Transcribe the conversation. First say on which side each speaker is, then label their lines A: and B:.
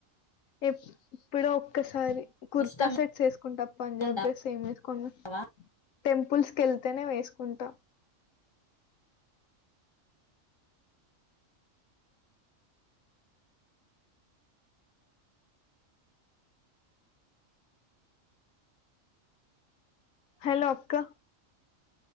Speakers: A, on the left; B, on the left.
A: ఎప్పుడో ఒక్కసారి కుర్తా
B: ఇష్టం
A: సెట్స్ వేసుకుంటా పంజాబ్
B: ఉండా
A: డ్రెస్ ఏం వేసుకోను
B: వా
A: టెంపుల్స్ కు వెళ్తేనే వేసుకుంటాం హలో అక్క